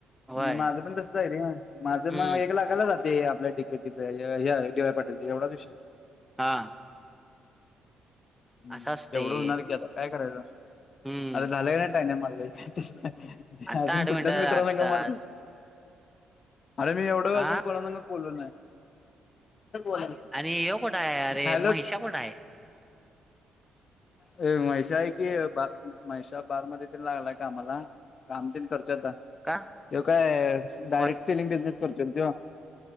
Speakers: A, in the centre; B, on the left.
A: व्हय
B: म्हणजे माझं पण तसं जाय रे माझं
A: हम्म
B: मग एक लाखाला जाते आपल्या. ती ह्याडीवाय पाटीलचा एवढाच विषय.
A: हा.
B: हम्
A: असं असतंय
B: जवढं होणार की आता काय करायच
A: हम्म
B: आर झालंय नाही टाय नाही मझ.
A: आता
B: अजून
A: आठ
B: कुठल्याच
A: मिनिटं
B: मित्रां
A: आता
B: न का मारतात. अरे मी एवढ्याे वेळ
A: हा
B: अ जून कोणा संग बोलो नाही.
A: अरे ह्यो कुठाय
B: हॅलो
A: महेशा कुठाय.
B: अ महेशा हाय कि. ब महेशा बार मध्ये ते लागलाय कामाला काम त करच्याता. ते
A: का
B: काय
A: कॉ
B: डायरेक्ट सेलिंग बिझनेस करतो त.